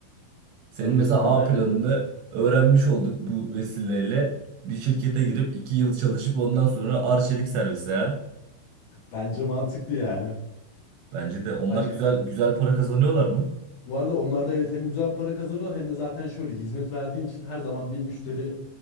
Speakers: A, on the right; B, on the left.
A: Senin
B: Tabii
A: mesela
B: canım bence
A: A planını
B: de.
A: öğrenmiş olduk bu vesileyle. Bir şirkete girip iki yıl çalışıp ondan sonra arçelik servise. ha.
B: Bence mantıklı yani.
A: Bence de onlar
B: Başka,
A: güzel güzel para kazanıyorlar mı?
B: bu arada onlar da evet hem güzel para kazanıyorlar hem de zaten şöyle hizmet verdiğin için her zaman bir müşteri